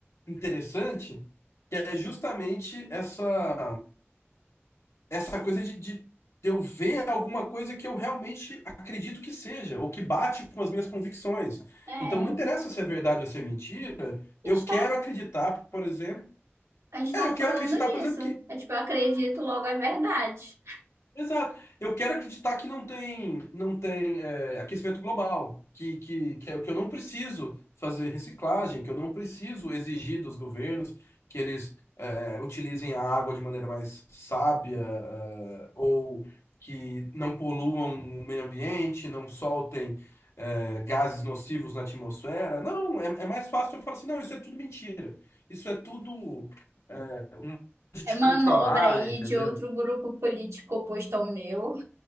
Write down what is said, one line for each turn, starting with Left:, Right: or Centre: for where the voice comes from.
Left: interessante, que é justamente essa essa coisa de, de de eu ver alguma coisa que eu realmente acredito que seja, ou que bate com as minhas convicções.
Right: É, a
Left: Então, não interessa se é verdade ou se é mentira,
Right: gente
Left: eu quero
Right: tá,
Left: acreditar, por exemplo.
Right: a gente tava
Left: É, eu quero
Right: falando
Left: acreditar,
Right: disso.
Left: por exemplo, que
Right: É tipo, eu acredito, logo é verdade.
Left: Exato. Eu quero acreditar que não tem, não tem é, aquecimento global, que, que, que, eu que eu não preciso fazer reciclagem, que eu não preciso exigir dos governos que eles é, utilizem a água de maneira mais sábia, é, ou que não poluam o meio ambiente, não soltem é, gases nocivos na atmosfera. Não, é, é mais fácil eu falar assim, não, isso é tudo mentira. Isso é tudo é, um modo de
Right: É
Left: te
Right: manobra
Left: controlar,
Right: aí
Left: entendeu?
Right: de outro grupo político oposto ao meu.